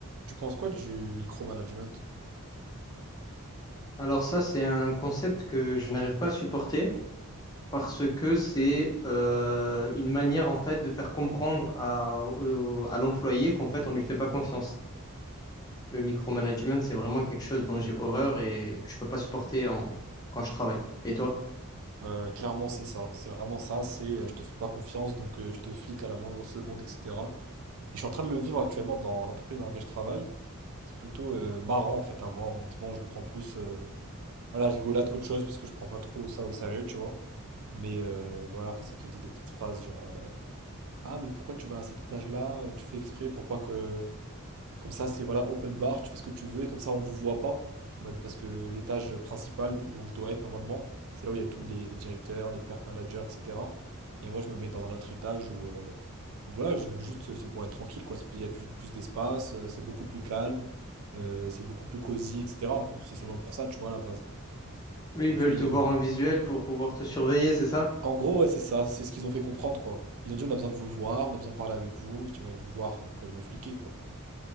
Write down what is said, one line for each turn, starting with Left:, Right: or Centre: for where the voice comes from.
Right: Tu penses quoi du micromanagement?
Left: Alors ça, c'est un concept que je n'arrive pas à supporter parce que c'est euh, une manière en fait de faire comprendre à, au- à l'employé qu'en fait on lui fait pas confiance. Le micromanagement, c'est vraiment quelque chose dont j'ai horreur et que je peux pas supporter en- quand je travaille. Et toi?
Right: Euh, clairement, c'est ça. C'est vraiment ça. C'est euh, je te fais pas confiance, donc euh, je te flic à la moindre seconde, etc. Et je suis en train de le vivre actuellement dans l'entreprise dans laquelle je travaille. C'est plutôt euh, marrant en fait à voir, honnêtement. Je le prends plus euh, à la rigolade qu'autre chose parce que je prends pas trop ça au sérieux, tu vois. Mais euh, voilà, quand ça te dit des petites phrases genre euh, Ah, mais pourquoi tu vas à cet étage-là? Tu fais exprès pour pas que Comme ça, c'est voilà, open bar, tu fais ce que tu veux et comme ça, on vous voit pas. En mode, parce que l'étage principal de- où je dois être normalement, c'est là où il y a tous les, les directeurs, les perf managers, etc. Et moi, je me mets dans un autre étage où, euh, où voilà, je- juste c'est pour être tranquille, quoi. C'est- Il y a tu- plus d'espace, euh, c'est beaucoup plus calme, euh, c'est beaucoup plus cosy, etc. C'est seulement pour ça, tu vois, à la base.
Left: Eux,
Right: Et
Left: ils
Right: puis,
Left: veulent te voir
Right: euh,
Left: en visuel pour pouvoir te surveiller, c'est ça?
Right: en gros, ouais, c'est ça, c'est ce qu'ils ont fait comprendre, quoi. Ils ont dit, on a besoin de vous voir, on a besoin de parler avec vous. Je dis, ouais, vous voir, donc euh, me fliquer, quoi.